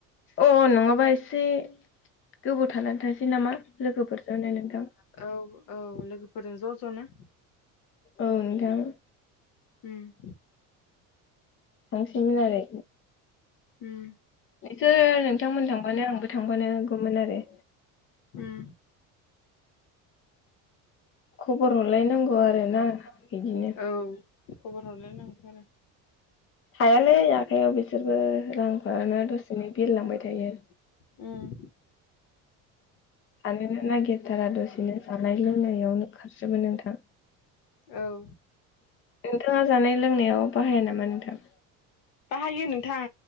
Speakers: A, on the left (about 35°); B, on the left (about 60°).
A: अ नङाबा एसे गोबाव थानानै थांसै नामा? लोगोफोरजोंनो नोंथां।
B: औ औ लोगोफोरजों ज' ज'नो।
A: औ नोंथां।
B: उम।
A: थांसैमोन आरो।
B: उम।
A: नोंसोर नोंथांमोन थां माने आंबो थांफानो हागौमोन आरो
B: उम
A: खबर हरलायनांगौ आरो ना बिदिनो
B: औ खबर हरलाय नांगौ थ आरो
A: थायालै आखाइयाव बिसोरबो रांफोरानो दसेनो बिरलांबाय थायो
B: उम
A: थानोनो नागिरथारा दसेनो जानाय लोंनायावनो खारजोबो नोंथां
B: औ
A: नोंथाङा जानाय लोंनायाव बाहाया नामा नोंथां
B: बाहायो नोंथां